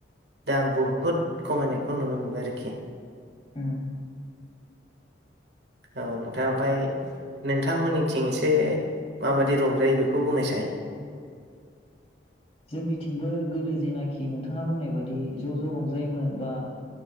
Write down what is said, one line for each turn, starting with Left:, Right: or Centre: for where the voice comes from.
Right: दा आं बहुद खमायनायखौ नुनो मोनबाय आरोखि
Left: उम
Right: औ नोंथां ओमाय नोंथांमोननिथिं एसे माबादि रंजायो बेखौ बुंनायसाय।
Left: जोंनिथिंबो गोदो जेनाखि नोंथाङा बुंनाय बादि ज' ज' रंजायोमोन बा